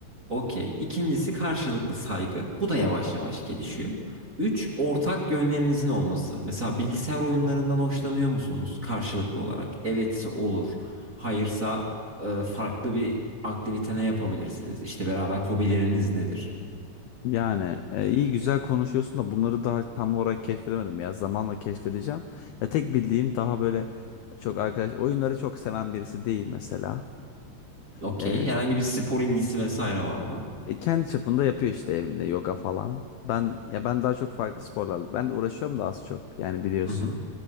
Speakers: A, on the right; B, on the left.
A: Okey. İkincisi karşılıklı saygı. Bu da yavaş yavaş gelişiyor. Üç, ortak yönlerinizin olması. Mesela bilgisayar oyunlarından hoşlanıyor musunuz karşılıklı olarak? Evetse olur. Hayırsa e, farklı bir aktivite ne yapabilirsiniz? İşte beraber hobileriniz nedir?
B: Yani e, iyi güzel konuşuyorsun da bunları daha tam olarak keşfedemedim ya. Zamanla keşfedeceğim. Ya tek bildiğim daha böyle çok arkadaş oyunları çok seven birisi değil mesela.
A: Okey.
B: E,
A: Herhangi bir spor ilgisi vesaire var mı?
B: e, kendi çapında yapıyor işte evinde yoga falan. Ben ya ben daha çok farklı sporlarla ben de uğraşıyorum da az çok yani biliyorsun.
A: Hı hı.